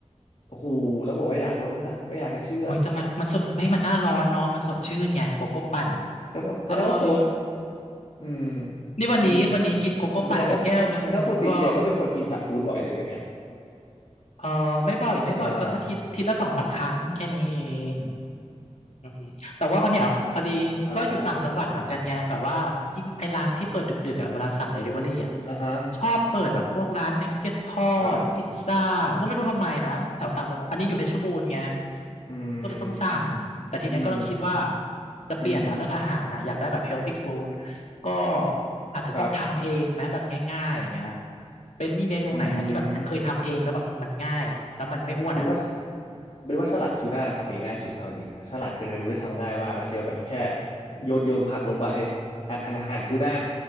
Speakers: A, on the left (about 55°); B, on the left (about 75°).
A: โอ้โหแล้วบอกว่าอยากลดน้ำหนักไม่อยากจะเชื่อ
B: เฮ้ยแต่มันมันสดไม่มันหน้าร้อนเนาะมันสดชื่นไงโกโก้ปั่น
A: แสดงว่าแสดงว่าโปรด
B: อร่อย
A: อืม
B: นี่วันนี้วันนี้กินโกโก้ปั่นไปแก้วหนึ่งแล้วก็
A: อืมอ๋อแสดงว่าปกแสดงว่าปกติเชลก็เป็นคนกินจังก์ฟู้ดบ่อยเลยเป็นเงี้ย
B: เออไม่บ่อยไม่บ่อยก็อาทิตย์อาทิตย์ละสองสามครั้งแค่นี้เอง
A: อ่า
B: อืมอืมแต่ว่าเนี่ยพอดีก็อยู่ต่างจังหวัดเหมือนกันไงแบบว่ายิ่งไอ้ร้านที่เปิดดึกๆอ่ะเวลาสั่งเดลิเวอรี่อ่ะ
A: อ่าอ่าฮะ
B: ชอบเปิดแบบพวกร้านนักเก็ตทอดพิซซ่าก็ไม่รู้ทำไมนะแถวต่างจังหวัดอันนี้อยู่เพชรบูรณ์ไง
A: ครับอืม
B: ก็เลยต้องสั่งแต่ทีเนี้ยก็ต้องคิดว่า
A: อืม
B: จะเปลี่ยนละเรื่องอาหารนะอยากได้แบบเฮลตี้ฟู้ด
A: อืม
B: ก็อาจจะต้องทำเองไหมแบบง่ายๆอย่างเงี้ย
A: ครับ
B: เบนมีเมนูไหนไหมที่แบบเคยทำเองแล้วแบบมันง่ายแล้วมันไม่อ้วนอ่ะ
A: อืมเป็นว่าเป็นว่าสลัดทูน่าทำเองง่ายสุดเอาจริงสลัดเป็นเมนูที่ทำง่ายมากก็เชียวแบบแค่โยนโยนผักลงไป <laughs> หั่นหั่นหั่นทูน่า